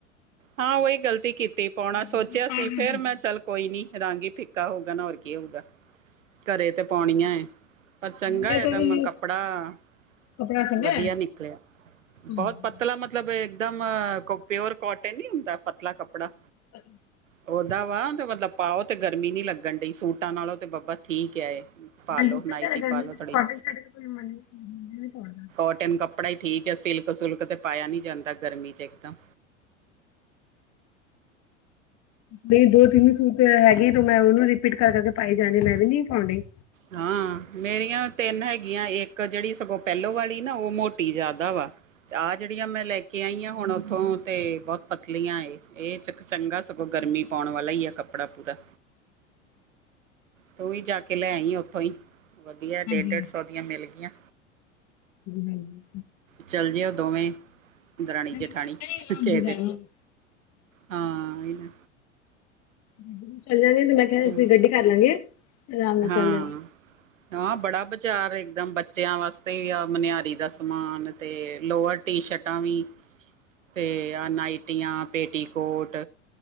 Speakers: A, on the right (about 80°); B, on the left (about 40°).
A: ਹਾਂ ਉਹੀ ਗ਼ਲਤੀ ਕੀਤੀ ਪਾਉਣਾ
B: ਹਾਂਜੀ
A: ਸੋਚਿਆ
B: ਨੂੰਹ
A: ਸੀ
B: ਪਾ ਹਾਂਜੀ
A: ਫੇਰ ਮੈਂ ਚੱਲ- ਕੋਈ ਨੀ ਰੰਗ ਹੀ ਫਿੱਕਾ ਹੋਊਗਾ ਨਾ ਹੋਰ ਕੀ ਹੋਊਗਾ। ਘਰੇ ਤੇ ਪਾਉਣੀਆਂ ਏ, ਪਰ ਚੰਗਾ
B: ਮੇਰੇ ਕੋਲ
A: ਇਕਦਮ
B: ਵੀ ਨਿਊ
A: ਕੱਪੜਾ।
B: ਕੱਪੜਾ ਸੀਗਾ
A: ਵਧੀਆ ਨਿਕਲਿਆ
B: ਹਾਂਜੀ
A: ਬਹੋਤ। ਪਤਲਾ ਮਤਲਬ ਇੱਕਦਮ ਪਿਓਰ ਕੋਟਨ ਨਹੀਂ ਹੁੰਦਾ ਪਤਲਾ ਕੱਪੜਾ।
B: ਹ
A: ਪਰ ਓਦਾ ਵਾ ਤੇ ਮਤਲਬ ਪਾਓ ਤੇ ਗਰਮੀ ਨੀ ਲੱਗਣ ਡਈ ਸੂਟਾਂ ਨਾਲੋਂ ਤੇ ਬਾਬਾ ਠੀਕ ਹੈ। ਪਾ
B: ਹਾਂਜੀ
A: ਲਓ
B: ਸਹੀ
A: ਨਾਈਟੀ
B: ਗੱਲ ਆ ਗਰਮੀ
A: ਪਾ ਲਓ
B: ਚ
A: ਥੋੜੀ
B: ਤਾਂ ਕੋਟਨ ਕੋ <unintelligible>
A: ਕੋਟਨ ਕੱਪੜਾ ਹੀ ਠੀਕ ਹੈ ਸਿਲਕ ਸੁਲਕ ਤੇ ਪਾਇਆ ਨੀ ਜਾਂਦਾ ਗਰਮੀ ਚ ਇਕ ਤਾ।
B: ਨਹੀਂ ਦੋ- ਤਿੰਨ ਸੂਟ ਹੈਗੇ ਤ ਮੈਂ ਉਹਨੂੰ ਰਿਪੀਟ ਕਰ-ਕਰ ਕੇ ਪਾਏ ਜਾਣੀ ਮੈਂ ਵੀ ਨਹੀਂ ਪਾਉਂ ਡੀ।
A: ਹਾਂ ਮੇਰੀਆਂ ਤਿੰਨ ਹੈਗੀ- ਆ ਇੱਕ ਜਿਹੜੀ ਸਗੋਂ ਪਹਿਲੋਂ ਵਾਲੀ ਨਾ ਉਹ ਮੋਟੀ ਜ਼ਿਆਦਾ ਵਾ, ਤੇ ਆਹ ਜਿਹੜੀਆਂ ਮੈਂ ਲੈ- ਕੇ ਆਈਆਂ ਹੁਣ ਉੱਥੋਂ ਤੇ ਬਹੋਤ ਪਤਲੀਆਂ ਇਹ ਚ ਚੰਗਾ ਸਗੋਂ ਗਰਮੀ ਪਾਉਣ ਵਾਲਾ ਹੀ ਆ ਕੱਪੜਾ। ਪਣਾ ਪੂਰਾ। ਤੂੰ ਵੀ ਜਾ ਕੇ ਲੈਈ ਉੱਥੋਂ ਹੀ, ਵਧੀਆ ਡੇਢ-
B: ਹਾਂਜੀ
A: ਡੇਢ ਸੌ ਦੀਆਂ ਮਿਲ ਗਈਆਂ।
B: ਹਾਂਜੀ
A: ਚੱਲ ਜਿਓ ਦੋਵੇਂ। ਅੰ ਦਰਾਣੀ
B: ਹਾਂਜੀ
A: ਜੇਠਾਣੀ ਕਿਹੇ ਦਿਨ, ਹਾਂ।
B: ਗੱਡੀ ਨੂੰ ਚੱਲ ਜਾਂਗੇ ਤੇ ਮੈਂ ਕਿਹਾ
A: ਚਲੋ
B: ਦੀ ਸੀਂ ਗੱਡੀ ਕਰ ਲਾਂਗੇ। ਆਰਾਮ ਨਾਲ ਚੱਲ
A: ਹਾਂ। ਹਾਂ ਬੜਾ ਵਿਚਾਰ ਇੱਕਦਮ ਬੱਚਿਆਂ ਵਾਸਤੇ ਵੀ ਆ ਮਨਿਆਰੀ ਦਾ ਸਮਾਨ ਤੇ ਲੋਅਰ- ਟੀ ਸ਼ਰਟਾਂ ਵੀ। ਤੇ ਆ ਨਾਈਟੀਆਂ, ਪੇਟੀਕੋਟ,